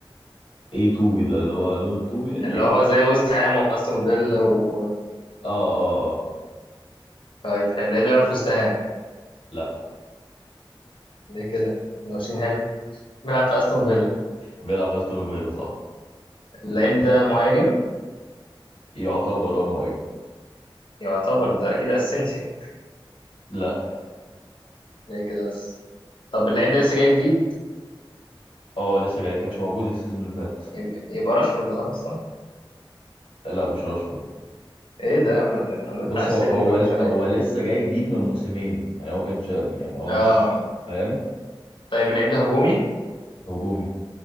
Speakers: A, on the left; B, on the left.
A: ايه توبي ده اللي هو لون الطوبي يعني
B: اللي هو زي وست هام واستون فيلا و
A: اه اه اه
B: طيب حلو ليه بيلعب في وست هام
A: لا
B: ليه كده كنا ماشيين حلو بيلعب في استون فيلا
A: بيلعب في استون فيلا صح
B: اللعيب ده مهاجم
A: يعتبر اه مهاجم
B: يعتبر ده اكيد اسينسيو
A: لا
B: ليه كده بس طب اللعيب ده لسه جاي جديد
A: اه لسه جاي كانش موجود السيزون اللي فات
B: يبقى, يبقى راشفورد خلاص صح
A: لا مش راشفورد
B: ايه ده يا عم ده انت عمال
A: بص
B: تعشمني
A: هو هو
B: كل شويه
A: هو لسه جاي جديد من موسمين يعني هو كانش يعني هو
B: اه
A: مش فاهم
B: طيب اللعيب ده هجومي
A: هجومي